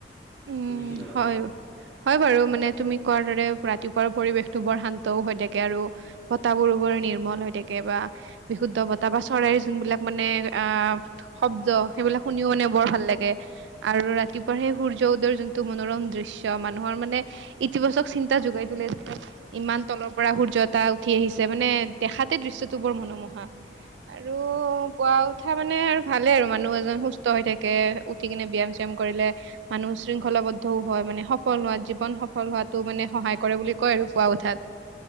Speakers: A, on the right; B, on the left.
A: উম
B: তুমি কি ভাবা?
A: হয় হয় বাৰু মানে তুমি কোৱাৰ দৰে ৰাতিপুৱাৰ পৰিৱেশ টো বৰ শান্তও হৈ থাকে আৰু বতাবোৰ বৰ নিৰ্মল হৈ থাকে বা বিশুদ্ধ বতাহ বা চৰাই, যিবিলাক মানে আ শব্দ সেইবিলাক শুনিও মানে বৰ ভাল লাগে আৰু ৰাতিপুৱা সেই সৰ চৌদৰ যোনটো মনোৰম দৃশ্য মানুহৰ মানে ইতিবাচক চিন্তা যোগাই তলেে যে ইমান ৰ পৰা সূৰ্যতা উঠি আহিছে মানে দেখাতে দৃশ্যটো বৰ মনোমোহা। আৰু পুৱা উঠা মানে আৰু ভালে আৰু মানুহ এজন সুস্থ হৈ থাকে উঠি কিনে ব্যায়াম চাম কৰিলে মানুহ শৃংখলাবদ্ধও হয় মানে সফল হোৱাত জীৱন সফল হোৱাাতো মানে সহায় কৰে বুলি কয় আৰু পুৱা উঠাত।